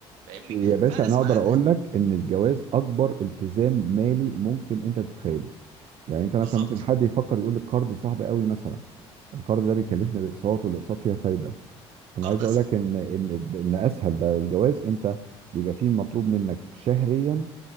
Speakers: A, on the right; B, on the right.
A: فاهمني
B: يا باشا
A: فانا لازم
B: انا اقدر
A: أد...
B: اقول لك ان الجواز اكبر التزام مالي ممكن انت تتخيله يعني انت
A: بالظبط
B: مثلا ممكن حد يفكر يقول لك قرض صعب قوي مثلا القرض ده بيكلفني باقساط والاقساط فيها فايدة انا
A: قرض
B: عايز اقول لك ان ان ان اسهل ده الجواز انت بيبقى فيه مطلوب منك شهريا